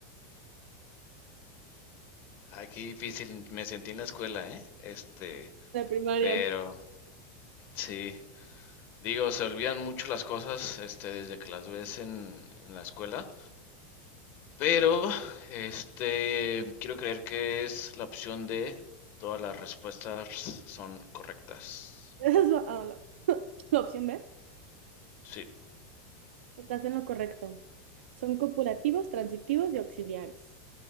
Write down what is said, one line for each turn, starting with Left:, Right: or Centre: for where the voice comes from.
Left: Ay, qué difícil, me sentí en la escuela, ¿eh? Este,
Right: De primaria.
Left: Pero
Right: ¿no?
Left: sí, digo, se olvidan mucho las cosas, este, desde que las ves en, en la escuela. Pero, este, quiero creer que es la opción de todas las respuestas son correctas.
Right: Esa es lo- ah, la- la opción B.
Left: Sí,
Right: Estás en lo correcto. Son copulativos, transitivos y auxiliares.